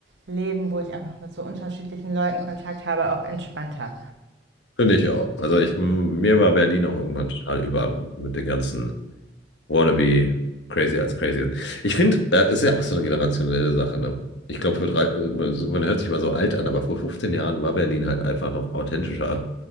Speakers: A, on the right (about 75°); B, on the left (about 80°).
A: Leben, wo ich einfach mit so unterschiedlichen Leuten Kontakt habe, auch entspannter.
B: Finde ich auch. Also ich, mir war Berlin auch irgendwann total über mit den ganzen Wannabe crazy als crazy sind. Ich finde, äh, ist ja auch so eine generationelle Sache, ne? Ich glaube, für drei, äh, man man hört sich mal so alt an, aber vor 15 Jahren war Berlin halt einfach noch authentischer.